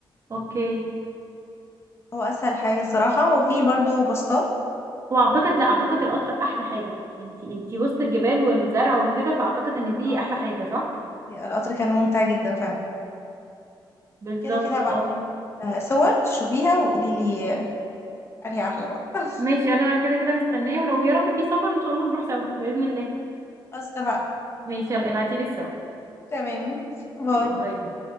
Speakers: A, on the right; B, on the left.
A: اوكي
B: هو اسهل حاجة الصراحة وفي برضو باصات
A: واعتقد لا اعتقد القطر احلى حاجه انتي انتي وسط الجبال والزرع وكده فاعتقد ان دي
B: اه
A: احلى حاجه صح
B: القطر كان ممتع جدا فعلا
A: بالظبط
B: كده كده هبعتلك
A: اه
B: صور تشوفيها وقولي لي انهي احلى بقى <laughs>
A: ماشي انا كده كده مستنيه ولو يا رب في سفر ان شاء الله نروح سوا باذن الله
B: خلاص اتفقنا
A: ماشي يلا ابعتيلي الصور
B: تمام باي
A: اوكي، باي باي